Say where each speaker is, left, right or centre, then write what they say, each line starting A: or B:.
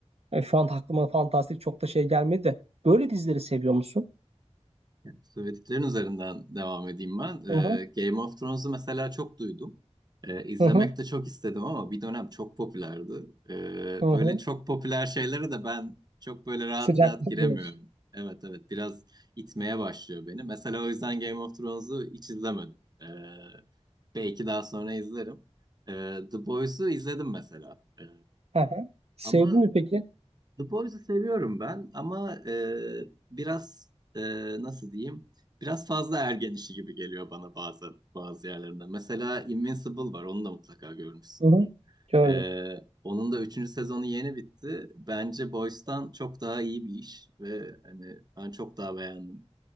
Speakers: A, on the right; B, on the right.
A: E, şu an aklıma fantastik çok da şey gelmedi de. Böyle dizileri seviyor musun?
B: Söylediklerin üzerinden devam edeyim ben. Ee,
A: Hı hı.
B: Game of Thrones'u mesela çok duydum. Ee, izlemek
A: Hı hı
B: de çok istedim ama bir dönem çok popülerdi. Ee,
A: hı
B: böyle
A: hı.
B: çok popüler şeylere de ben çok böyle rahat
A: Sıcak
B: rahat giremiyorum.
A: diyorsun.
B: Evet evet biraz itmeye başlıyor beni. Mesela o yüzden Game of Thrones'u hiç izlemedim. Ee, belki daha sonra izlerim. Ee, The Boys'u izledim mesela. Ee,
A: hı hı. Sevdin
B: ama
A: mi peki?
B: The Boys'u seviyorum ben ama e, biraz e, nasıl diyeyim? Biraz fazla ergen işi gibi geliyor bana bazen bazı yerlerinde. Mesela Invincible var, onu da mutlaka görmüşsündür.
A: Hı hı. Gördüm.
B: E, onun da üçüncü sezonu yeni bitti. Bence Boys'tan çok daha iyi bir iş ve hani ben çok daha beğendim.